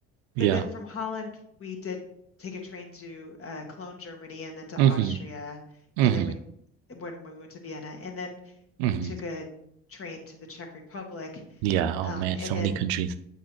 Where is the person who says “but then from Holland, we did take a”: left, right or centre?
Left